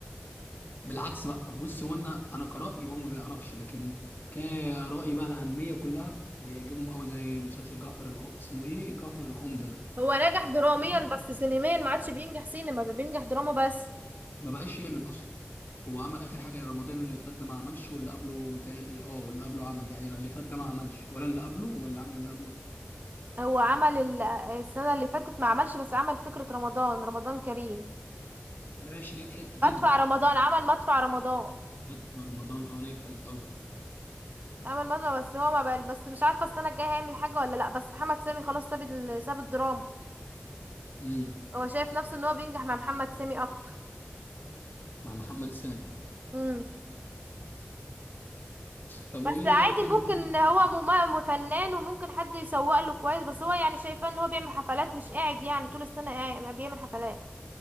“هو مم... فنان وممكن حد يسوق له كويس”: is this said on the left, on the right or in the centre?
Right